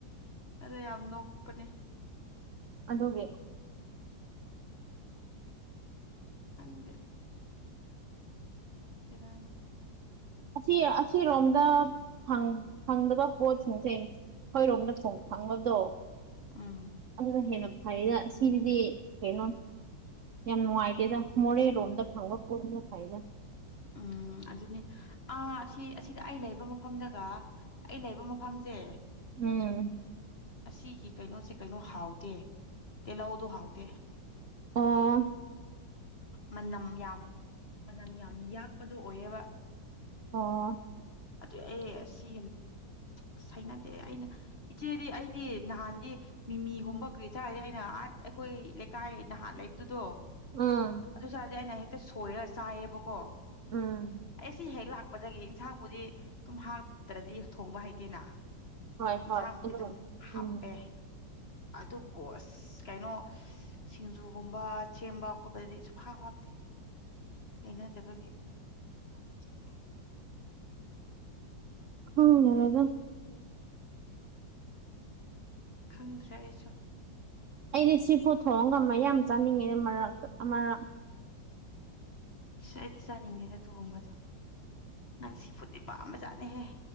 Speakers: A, on the left; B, on the right.
A: ꯑꯗꯣ ꯌꯥꯝ ꯅꯣꯛꯄꯅꯦ
B: ꯑꯗꯨꯒꯤ
A: ꯍꯪꯒꯦ ꯕꯦꯔꯥꯅꯤ
B: ꯑꯁꯤ ꯑꯁꯤꯔꯣꯝꯗ ꯐꯪ ꯐꯪꯗꯕ ꯄꯣꯠꯁꯤꯡꯁꯦ ꯑꯩꯈꯣꯏꯔꯣꯝꯗ ꯐꯣꯡ ꯐꯪꯕꯗꯣ
A: ꯎꯝ
B: ꯑꯗꯨꯅ ꯍꯦꯟꯅ ꯐꯩꯗ ꯁꯤꯗꯗꯤ ꯀꯩꯅꯣ ꯌꯥꯝ ꯅꯨꯡꯉꯥꯏꯇꯦꯗ ꯃꯣꯔꯦꯔꯣꯝꯗ ꯐꯪꯕ ꯄꯣꯠꯁꯤꯅ ꯐꯩꯗ
A: ꯎꯝ ꯑꯗꯨꯅꯦ ꯑꯥ ꯑꯁꯤ ꯑꯁꯤꯗ ꯑꯩ ꯂꯩꯕ ꯃꯐꯝꯗꯒ ꯑꯩ ꯂꯩꯕ ꯃꯐꯝꯖꯦ
B: ꯎꯝ
A: ꯑꯁꯤꯒꯤ ꯀꯩꯅꯣꯁꯦ ꯀꯩꯅꯣ ꯍꯥꯎꯇꯦ ꯇꯤꯜꯍꯧꯗꯣ ꯍꯥꯎꯇꯦ
B: ꯑꯣ
A: ꯃꯅꯝ ꯌꯥꯝ ꯃꯅꯝ ꯌꯥꯝ ꯌꯥꯛꯄꯗꯣ ꯑꯣꯏꯌꯦꯕ
B: ꯑꯣ
A: ꯑꯗꯨ ꯑꯦ ꯑꯁꯤ ꯑꯁ ꯍꯩꯅꯗꯦ ꯑꯩꯅ ꯏꯆꯦꯗꯤ ꯑꯩꯗꯤ ꯅꯍꯥꯟꯗꯤ ꯃꯤꯃꯤꯒꯨꯝꯕ ꯀꯔꯤ ꯆꯥꯔꯁꯦ ꯑꯩꯅ ꯑꯥ ꯑꯩꯈꯣꯏ ꯂꯩꯀꯥꯏ ꯅꯍꯥꯟ ꯂꯩꯕꯗꯣ
B: ꯎꯝ
A: ꯑꯗꯨ ꯆꯥꯔꯗꯤ ꯑꯩꯅ ꯍꯦꯛꯇ ꯁꯣꯏꯔ ꯆꯥꯏꯌꯦꯕꯀꯣ
B: ꯎꯝ
A: ꯑꯩ ꯁꯤ ꯍꯦꯛ ꯂꯥꯛ ꯄꯗꯒꯤ ꯏꯟꯁꯥꯡꯕꯨꯗꯤ ꯑꯗꯨꯝ ꯍꯥꯞꯇ꯭ꯔꯗꯤ ꯊꯣꯡꯕ ꯍꯩꯇꯦꯅ
B: ꯍꯣꯏ
A: ꯏꯟꯁꯥꯡꯕꯨꯗꯤ
B: ꯍꯣꯏ ꯑꯗꯨꯒ
A: ꯑꯗꯨꯝ ꯍꯥꯞꯄꯦ
B: ꯎꯝ
A: ꯑꯗꯨ ꯀꯣꯁ ꯀꯩꯅꯣ ꯁꯤꯡꯖꯨꯒꯨꯝꯕ ꯁꯦꯝꯕ ꯈꯣꯠꯄꯗꯗꯤ ꯁꯨꯡ ꯍꯥꯞ ꯍꯥꯞꯇꯦ ꯍꯩꯅꯗꯕꯒꯤ
B: <unintelligible> ꯈꯪꯗꯔꯦꯗ
A: ꯈꯪꯗ꯭ꯔꯦ ꯑꯩꯁꯨ
B: ꯑꯩꯗꯤ ꯁꯤꯐꯨꯠ ꯊꯣꯡꯉꯒ ꯃꯌꯥꯝ ꯆꯥꯅꯤꯡꯉꯛꯑꯦ ꯃꯔꯛꯇ ꯑꯃꯔꯛ
A: ꯑꯁ ꯑꯩꯗꯤ ꯆꯥꯅꯤꯡꯗꯦꯗ ꯊꯣꯡꯕꯗꯣ ꯅꯪ ꯁꯤꯐꯨꯠꯇꯤ ꯄꯥꯝꯕꯖꯥꯠꯅꯦꯍꯦ